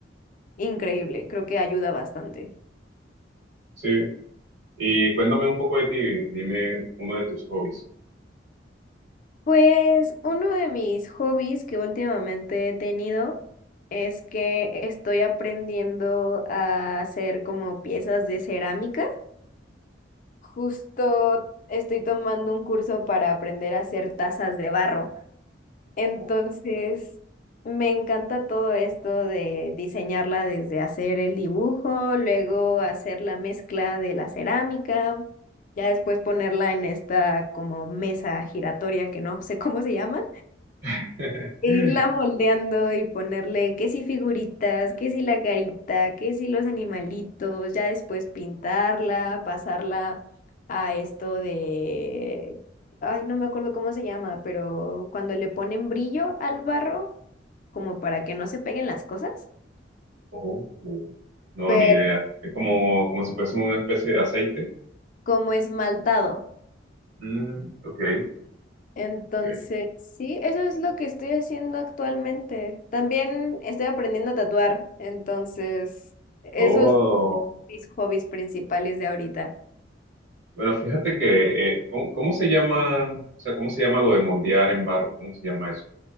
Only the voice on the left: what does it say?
increíble, creo que ayuda bastante.
Pues uno de mis hobbies que últimamente he tenido es que estoy aprendiendo a hacer como piezas de cerámica. Justo estoy tomando un curso para aprender a hacer tazas de barro. Entonces,
me encanta todo esto de diseñarla desde hacer el dibujo, luego hacer la mezcla de la cerámica, ya después ponerla en esta como mesa giratoria que no sé <laughs> cómo se llama
e irla moldeando y ponerle que si figuritas, que si la carita, que si los animalitos, ya después pintarla, pasarla a esto de, ay, no me acuerdo cómo se llama, pero cuando le ponen brillo al barro, como para que no se peguen las cosas,
pero
como esmaltado.
Entonces,
sí, eso es lo que estoy haciendo actualmente. También estoy aprendiendo a tatuar, entonces, esos
mis hobbies principales de ahorita.